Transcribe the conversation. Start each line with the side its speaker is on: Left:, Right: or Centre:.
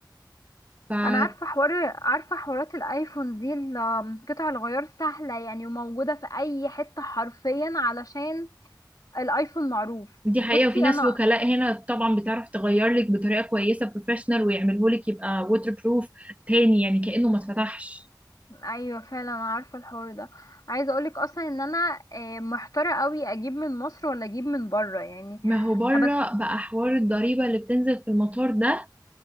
Right: فدي
Left: انا عارفه حوار عارفه حوارات الايفون دي ال- قطع الغيار سهله يعني وموجوده في اي حته حرفيا علشان الايفون معروف
Right: حقيقة
Left: بصي
Right: وفي ناس
Left: انا
Right: وكلاء هنا طبعا بتعرف تغير لك بطريقة كويسة بروفيشنال ويعمله لك يبقى ووتر بروف تاني يعني كأنه ما اتفتحش
Left: ايوه فعلا انا عارفه الحوار ده عايزه اقولك اصلا ان انا آه، محتاره قوي اجيب من مصر ولا اجيب من بره يعني
Right: ما هو بره
Left: آه، بس
Right: بقى حوار الضريبة اللي بتنزل في المطار ده